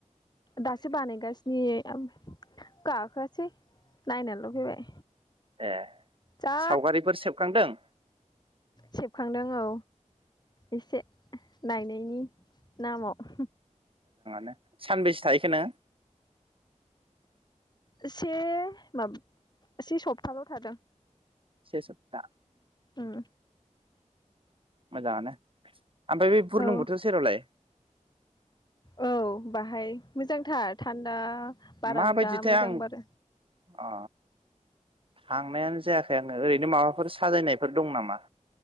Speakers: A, on the left (about 35°); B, on the right (about 45°).
A: दासो बानायगासिनो गाखोआसै नायनाल' फैबाय
B: ए
A: जा
B: सावगारिफोर सेबखांदों
A: सेबखांदों औ एसे नाय नामाव
B: नो सानबेसे थाहैखो नोङो
A: से माब से सप्ताल' थादों
B: से सप्ता
A: उम
B: मोजाङानो ओमफ्राय बे बुरलुंबुथुर
A: औ
B: सेरावलाय
A: औ बाहाय मोजांथार थान्दा बारा
B: माबायदिथाय
A: जा मोजां
B: आं
A: बारो
B: अ थांनायानो जायाखै आङो ओरैनो माबाफोर साजायनायफोर दं नामा